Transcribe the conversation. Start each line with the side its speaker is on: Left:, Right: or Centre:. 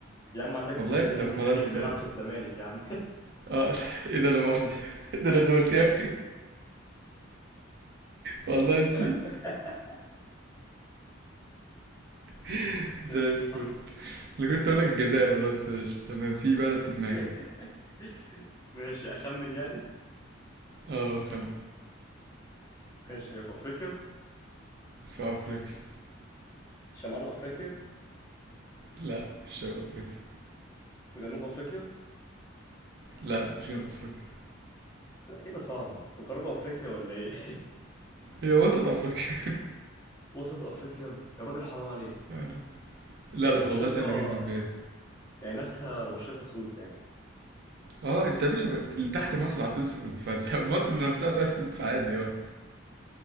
Left: يا عم عندك
Right: والله
Left: سيف الدين
Right: طب
Left: الجزيري
Right: خلاص
Left: اللي بيلعب
Right: اه
Left: في الزمالك يا عم
Right: آه، <laughs> ايه ده لا مؤاخذة <laughs> ده انا زملكاوي <laughs> والله نسيت
Left: <laughs>
Right: <laughs>
Left: ماشي
Right: زي الفل
Left: صح
Right: انا كنت اقول لك الجزائر والله بس ماشي تمام في بلد في دماغي
Left: <laughs>
Right: بقى
Left: ماشي اخمن يعني
Right: اه خم
Left: ماشي في افريقيا
Right: في افريقيا
Left: شمال افريقيا
Right: لا مش شمال افريقيا
Left: في جنوب افريقيا
Right: لا مش جنوب افريقيا
Left: لا كده صعبة غرب افريقيا ولا ايه
Right: هي وسط افريقيا
Left: <laughs> وسط افريقيا يا راجل حرام عليك
Right: آه. لا
Left: يعني
Right: لا
Left: بشرتها
Right: والله سهلة جدا بجد
Left: يعني ناسها بشرتها سود يعني
Right: اه انت يا باشا بقت اللي تحت مصر على طول سود فانت <laughs> مصر نفسها في اسود فعادي اه